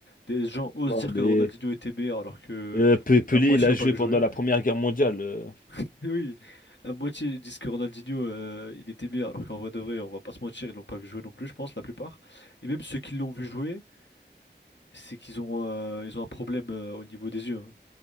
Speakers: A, on the left; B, on the left.
A: Des gens osent
B: Ouais,
A: dire
B: mais
A: que Ronaldinho était meilleur alors que
B: euh, Pe- Pelé,
A: la moitié
B: il a
A: l'ont
B: joué
A: pas vu
B: pendant
A: jouer.
B: la Première Guerre mondiale. euh,
A: <laughs> Oui, la moitié disent que Ronaldinho, euh, il était meilleur alors qu'en vrai de vrai, on va pas se mentir, ils l'ont pas vu jouer non plus, je pense, la plupart. Et même ceux qui l'ont vu jouer, c'est qu'ils ont, euh, ils ont un problème, euh, au niveau des yeux. hein.